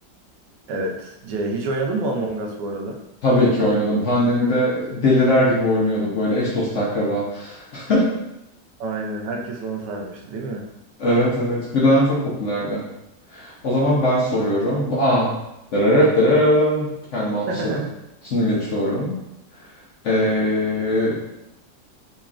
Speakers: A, on the right; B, on the left.
A: Evet. C. Hiç oynadın mı Among Us bu arada?
B: Tabii ki oynadım. Pandemide deliler gibi oynuyorduk böyle eş dost akraba. <laughs>
A: Aynen. Herkes ona sarmıştı değil mi?
B: Evet evet. Bir dönem çok popülerdi. O zaman ben soruyorum. A. Dararararam. Kendimi alkışladım.
A: <laughs>
B: Şimdi geçiyorum. Ee,